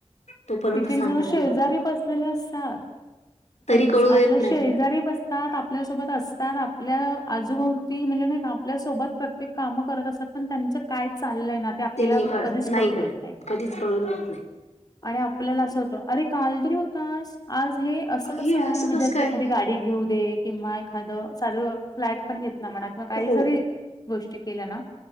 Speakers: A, on the left; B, on the left.
A: तोपर्यंत
B: एक एक
A: सांगत
B: जण शेजारी
A: नाही
B: बसलेले असतात. त्यांच
A: तरी कळू
B: आपल्या
A: देत
B: शेजारी
A: नाही
B: बस तात आपल्या सोबत असतात. आपल्या आजूभोवती म्हणजे नाही का आपल्यासोबत प्रत्येक कामं करत असत. पण त्यांचं काय चाललंय ना, ते आपल्याला
A: नाही कळत
B: कधीच
A: नाही
B: कळू
A: कळत
B: देत नाहीत.
A: कधीच कळू देत
B: आणि आपल्याला असं अरे काल तरी होतास. आज हे
A: नाही
B: असं कसं
A: हे
B: काय? म्हणजे
A: कसं
B: असं
A: काय
B: एखादी गाडी घेऊ दे, किंवा एखादं साध फ्लॅट पण घेतला. म्हणा किंवा काही
A: हो
B: जरी गोष्टी केल्या ना,